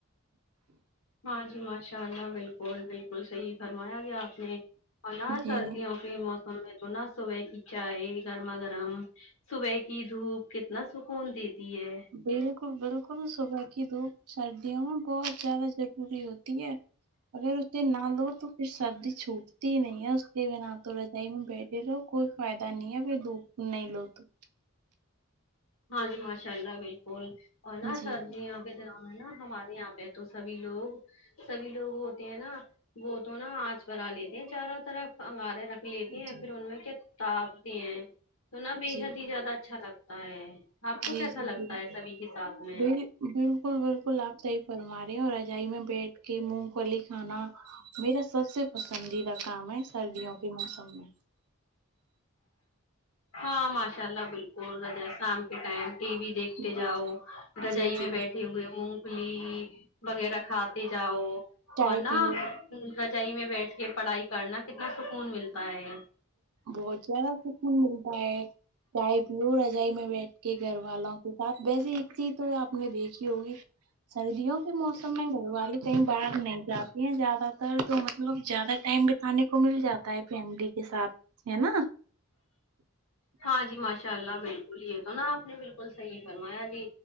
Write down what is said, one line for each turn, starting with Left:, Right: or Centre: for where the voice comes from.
Left: ہاں جی ماشاء اللہ بالکل بالکل صحیح فرمایا جی آپ نے اور نا
Right: جی
Left: سردیوں کے موسم میں تو نہ صبح کی چائے گرما گرم صبح کی دھوپ کتنا سکون دیتی ہے
Right: بالکل بالکل صبح کی دھپ سردیوں میں بہت زیادہ ضروری ہوتی ہے اگر اسے نہ لو تو پھر سردی چھوٹتی ہی نہیں ہے اس کے نہ تو رجائی میں بیٹھے رہو کوئی فائدہ نہیں ہے پھر دھوپ نہیں لو تو
Left: ہاں جی ماشاء اللہ بالکل اور ناسریوں
Right: جی
Left: جی نا ہمارے یہاں پے تو سبھی لوگ سبھی لوگ ہوتے ہیں نا وہ تو نا آنچ بھرا لیتے ہیں چاروں طرف انگار رکھ لیتی ہیں
Right: جی
Left: پھر ان میں کیا تاپتے ہیں تو نا بے
Right: جی
Left: حد ہی زیادہ اچ چھا لگتا ہے آپ کو
Right: جی
Left: کیسا
Right: جی بالکل
Left: لگتا ہے سبھی کے ساتھ میں
Right: بل- بالکل بالکل آپ صحیح فرما رہے ہیں اور رجائی میں بیٹھ کے مونگ پلی کھانا میرا سب سے پسندیدہ کام ہے سردیوں کے موسم میں
Left: ہاں ماشاء اللہ بالکل رجائے شام کے ٹائم ٹی وی دیکھ تے
Right: جی
Left: جاؤ
Right: جی
Left: رجائی
Right: جی جی
Left: میں بیٹھے ہوئے مونگ پلی وغیرہ کھاتے جاؤ
Right: چائے
Left: اور نہ
Right: پیو
Left: رچائی میں بیٹھ کے پڑھائی کرنا کتنا سکون ملتا ہے
Right: بہت زیادہ سکوں ملتا ہے چائے پیو رضائی میں بیٹھ کے گھر والوں کے ساتھ ویسے ایک چیز تو آپ نے دیکھی ہوگی سردیوں کے موسم میں گھر والی کہیں باہر نہیں جاتی ہیں زیادہ تر تو مطلب زیادہ ٹائم بیت تانے کو مل جاتا ہے فیملی کے ساتھ ہے نا
Left: ہاں جی ماشاء اللہ بالکل یے تو نا آپ نے بالکل صحیح فرمایا جی